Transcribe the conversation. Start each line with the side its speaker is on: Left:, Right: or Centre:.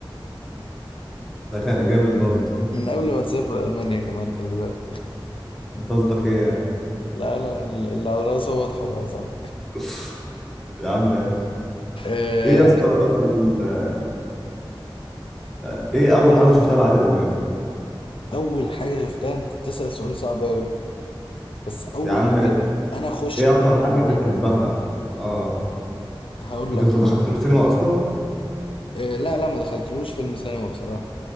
Centre: ده كان جامد برضه
Left: من قبل ما تسافر المانيا كمان خلي بالك
Centre: انت قصدك ايه يعني
Left: لا لا اللي على راسه واضحة بقى صح
Centre: <laughs> يا عم ماشي
Left: آه،
Centre: ايه يا اسطى مثلا آه، ايه اول حاجه شفتها لعادل امام
Left: اول حاجة شفتها انت بتسأل سؤال صعب قوي بس اول
Centre: يا عم
Left: حاجة انا اخش
Centre: ايه
Left: اتفرج
Centre: اكتر حاجه
Left: عليها
Centre: بتحبها اه
Left: هقول
Centre: انت
Left: لك
Centre: دخلت له السينما اصلا
Left: آه، لا لا ما دخلتلوش فيلم سينما بصراحة